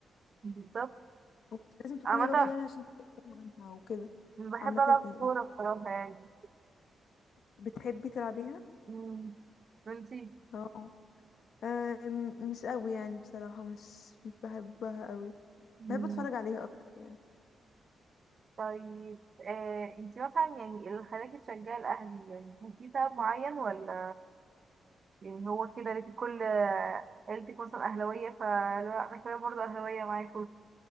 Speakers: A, on the right (about 45°); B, on the left (about 70°).
A: بالظبط
B: ومش لازم تكوني
A: عامة
B: راجل يعني عشان تتكلمي عنها وكده
A: بحب
B: عامه
A: ألعب
B: ايه
A: كورة بصراحة يعني
B: بتحبي تلعبيها
A: مم. وانتي
B: اه آه م- مش قوي يعني بصراحة مش مش بحبها قوي
A: مم.
B: بحب اتفرج عليها اكتر يعني
A: طيب آه انتي مثلا يعني اللي خلاكي تشجعي الأهلي يعني كان في سبب معين ولا يعني هو كده ليكي كل عيلتك مثلا أهلاوية فلا أنا كمان برضه أهلاوية معاكوا